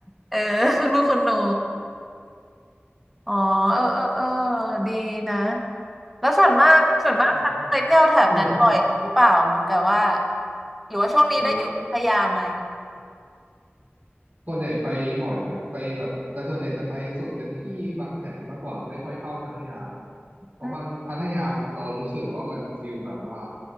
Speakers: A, in the centre; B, on the right.
A: เออ <laughs> ลูกคนหนูอ๋อเออเออเออดีนะ แล้วส่วนมาก ส่วนมากฉันไปเที่ยวแถบนั้นบ่อยหรือเปล่า
B: แต่ว่าร้านเนี่ยอืม
A: เหมือนกับว่า หรือว่าช่วงนี้ได้อยู่พัทยาไหม
B: โหส่วนใหญ่ไปบ่อยนะไปแบบแต่ส่วนใหญ่จะไปสุดเต็มที่บางแสนมากกว่าไม่ค่อยเข้าพัทยาเพราะบางพัทยาเรารู้สึกว่ามันฟิลแบบว่า
A: อืม